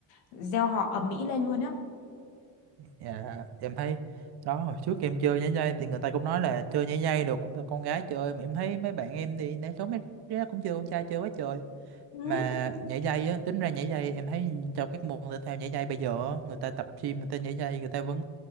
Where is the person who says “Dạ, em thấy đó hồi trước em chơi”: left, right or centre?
Right